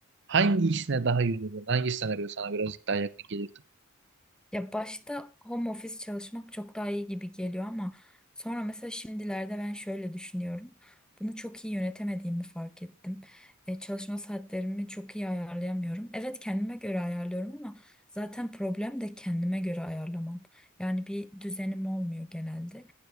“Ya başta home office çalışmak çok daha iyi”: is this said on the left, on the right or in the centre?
Centre